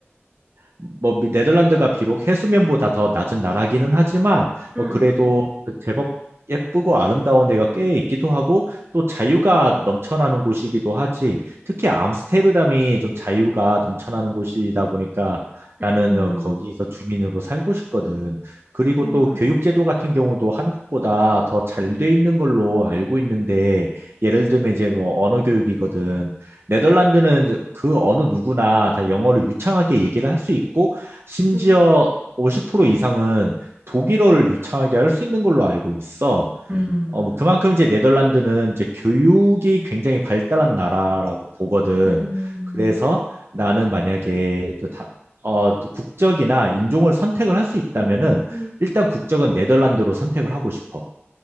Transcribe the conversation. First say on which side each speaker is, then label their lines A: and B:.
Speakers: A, on the right (about 60°); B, on the right (about 25°).
A: 뭐 네덜란드가 비록 해수면보다 더 낮은 나라기는 하지만 뭐
B: 응,
A: 그래도 그 제법 예쁘고 아름다운 데가 꽤 있기도 하고 또 자유가
B: 응,
A: 넘쳐나는 곳이기도 하지. 특히 암스테르담이
B: 응,
A: 좀 자유가 넘쳐나는 곳이다 보니까 나는
B: 음,
A: 어, 거기서 주민으로 살고 싶거든. 그리고
B: 음,
A: 또 교육제도 같은 경우도 한국보다 더 잘 돼 있는 걸로 알고 있는데 예를 들면 이제 뭐 언어 교육이거든. 네덜란드는 그 어느 누구나 다 영어를 유창하게 얘기를 할 수 있고, 심지어
B: 음,
A: 50% 이상은 독일어를 유창하게 할 수 있는 걸로 알고 있어.
B: 음,
A: 어, 뭐 그만큼 이제 네덜란드는 이제 교육이 굉장히 발달한 나라라고 보거든.
B: 음,
A: 그래서 나는 만약에 또 다, 어, 또 국적이나 인종을 선택을 할 수 있다면은
B: 음, 음.
A: 일단 국적은 네덜란드로 선택을 하고 싶어.